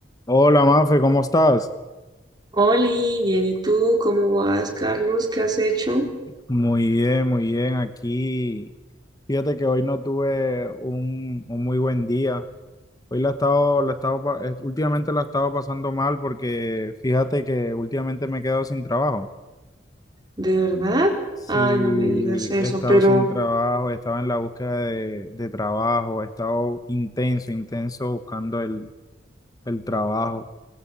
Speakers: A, on the left (about 20°); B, on the right (about 20°).
A: Hola, Mafe, ¿cómo estás?
B: Oli, bien, ¿y tú cómo vas, Carlos? ¿Qué has hecho?
A: Muy bien, muy bien. Aquí, fíjate que hoy no tuve un, un muy buen día. Hoy la he estado, la he estado, pa- eh, últimamente la he estado pasando mal porque fíjate que últimamente me he quedado sin trabajo.
B: ¿De verdad?
A: Sí,
B: Ay, no me digas eso,
A: he estado
B: pero,
A: sin trabajo, he estado en la búsqueda de, de trabajo, he estado intenso, intenso buscando el, el trabajo.